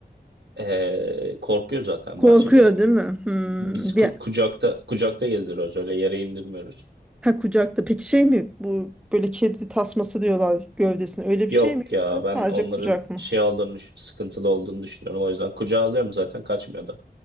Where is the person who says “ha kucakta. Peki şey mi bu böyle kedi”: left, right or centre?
Centre